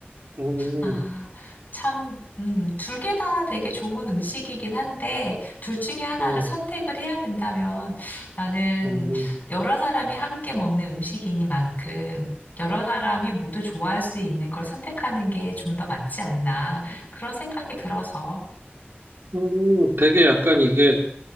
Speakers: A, on the right; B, on the left.
A: 음,
B: 아,
A: 음,
B: 참, 음, 둘 개 다 되게 좋은 음식이긴 한데, 둘 중에 하나를
A: 음,
B: 선택을 해야 된다면, 나는
A: 음.
B: 여러 사람이 함께 먹는 음식이니만큼, 여러 사람이 모두 좋아할 수 있는 걸 선택하는 게 좀 더 맞지 않나, 그런 생각이 들어서.
A: 음. 되게 약간 이게